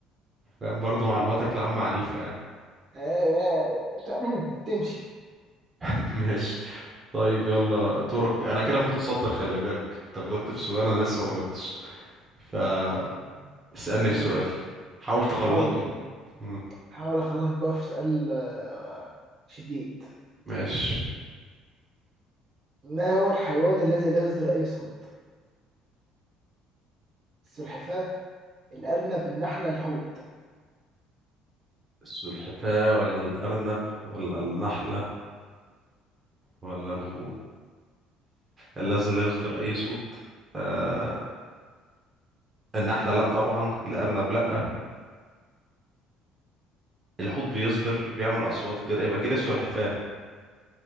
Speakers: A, on the right (about 25°); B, on the right (about 50°).
A: فاهم برضو معلوماتك العامة عنيفة يعني
B: آه، آه، آه، تمشي
A: <laughs> ماشي طيب يلا دورك انا كده متصدر خلي بالك انت غلطت في سؤال انا لسه ما غلطتش فاسألني
B: م-
A: في
B: ثانية
A: سؤال حاول تغلطني
B: هحاول
A: مم.
B: هحاول اخلصك بقى في سؤال آه، شديد
A: ماشي
B: ما هو الحيوان الذي لا يصدر اي صوت السلحفاة الارنب النحلة الحوت
A: السلحفاة ولا الأرنب ولا النحلة ولا الحوت الذي لا يصدر أي صوت آه النحلة لأ طبعا الأرنب لأ الحوت بيصدر بيعمل أصوات كده يبقى كده السلحفاة